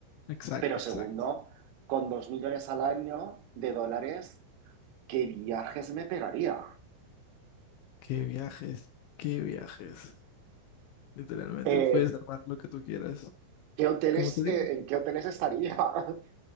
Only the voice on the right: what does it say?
pero segundo,
con dos millones al año de dólares, ¿qué viajes me pegaría?
Eh,
¿qué hoteles,
eh, ¿en qué hoteles estaría? <laughs>